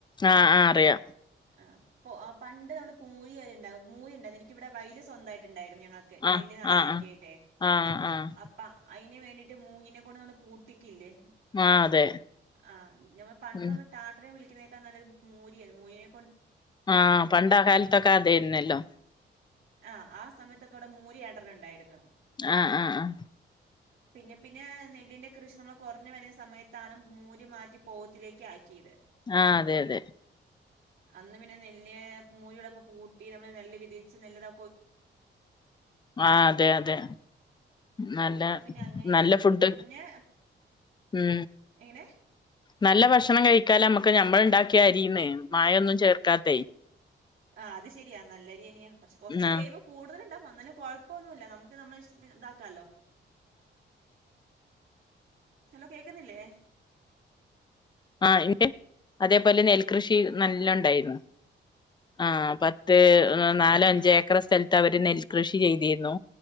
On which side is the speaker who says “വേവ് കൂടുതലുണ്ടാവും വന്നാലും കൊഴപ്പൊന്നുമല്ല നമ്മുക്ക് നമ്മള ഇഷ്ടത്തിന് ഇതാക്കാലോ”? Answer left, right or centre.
Right